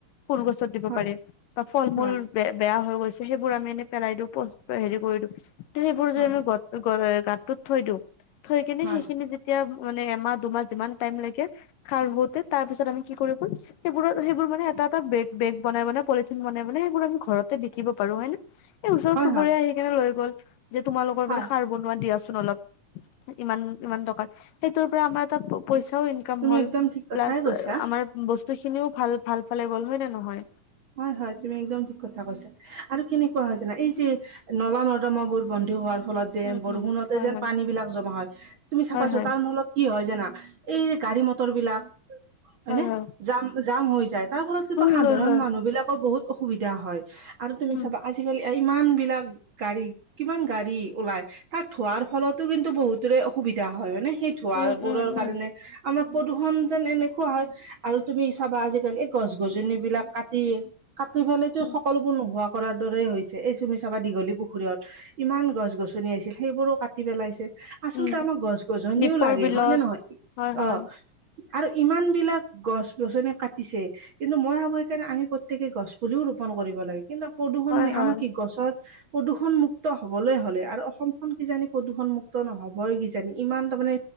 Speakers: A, on the left; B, on the right.
A: ফুলগছত দিব
B: হয়
A: পাৰি বা ফল-মূল।
B: হয়
A: বে বেয়া হৈ গৈছে সেইবোৰ আমি এনেই পেলাই দিওঁ হেৰি কৰি দিওঁ সেইবোৰ যদি
B: হয়
A: গ গাতটোত থৈ দিওঁ থৈ কিনে
B: হয়
A: সেইখিনি এতিয়া মানে এমাহ দুমাহ যিমান টাইম লাগে খাৰ হোতে তাৰ পিছত আমি কি কৰিব সেইবোৰত সেইবোৰ মানে,,, এটা এটা বে বেগ বনাই বনাই পলিথিন বনাই বনাই সেইবোৰ আমি ঘৰতে বিকিব পাৰো হয় নে? এই ওচৰ
B: হয় হয়
A: চুবুৰীয়া
B: হয়
A: আহি কেনে লৈ গ'ল যে তোমালোকৰ
B: হয়
A: বোলে সাৰ বনোৱা দিয়াছোন। দিয়াচোন অলপ ইমান ইমান টকাৰ সেইটোৰ পৰা আমাৰ এটা পইচাও ইনকম ইনকাম
B: তুমি
A: হ'ল
B: একদম ঠিক কথাই
A: প্লাচ
B: কৈছা
A: আমাৰ বস্তু খিনিও ভাল ভাল ফালে গল হয় নে নহয়?
B: হয়ঁ হয়ঁ তুমি একদম ঠিক কথা কৈছা। আৰু কেনেকুৱা হয় জানা এই যে নলা নৰ্দমা বোৰ বন্ধী হোৱাৰ ফলত। যেন
A: উম,
B: বৰষুণতে
A: উম, হয়,
B: যেন
A: হয়,
B: পানী বিলাক জমা হয় তুমি চাবা
A: হয়,
B: ছোন
A: হয়,
B: তাৰ মোলত কি হয় জানা এই গাড়ী মটৰ বিলাক হয়নে
A: হয়, হয়,
B: জাম জাম হৈ যায়। তাৰ ফলত কিন্তু
A: হয়,
B: সাধাৰণ
A: হয়, হয়,
B: মানুহ বিলাকৰ বহুত অসুবিধা হয় আৰু তুমি
A: উম,
B: চাবা আজিকালি ইমান বিলাক গাড়ী কিমান গাড়ী ওলাই তাক ধূৱাৰ ফলতো কিন্তু বহুতৰে অসুবিধা হয় নে ধূৱা
A: উম,
B: বোৰৰ
A: উম, উম,
B: কাৰণে আমাৰ প্ৰদূষণ যেন এনেকুৱা হয় আৰু তুমি চাবা আজিকালি গছ-গছনি বিলাক কাটি কাটি পেলাইতো
A: উম,
B: সকলোবোৰ নোহোৱা কৰাৰ দৰেই হৈছে এই তুমি চাবা দীঘলী পুখুৰীত ইমান গছ-গছনি আছিল সেইবোৰো কাটি পেলাইছে। আচলতে
A: উম,
B: আমাৰ গছ-গছনিও
A: দীপৰ
B: লাগে
A: বিলত
B: হয় নে নহয়
A: হয়, হয়,
B: অ। আৰু ইমান বিলাক গছ গছনি কাটিছে কিন্তু মই ভাবো সেইকাৰণে আমি প্ৰত্যকে গছ পুলিও ৰোপন কৰিব লাগে কিন্তু প্ৰদূষণ
A: হয়,
B: মানে
A: হয়,
B: আমাৰ কি গছৰ প্ৰদূষণ মুুক্ত হবলৈ হ'লে আৰু অসমখন কিজানি প্ৰদূষণ মুক্ত নহবই কিজানি ইমান তাৰমানে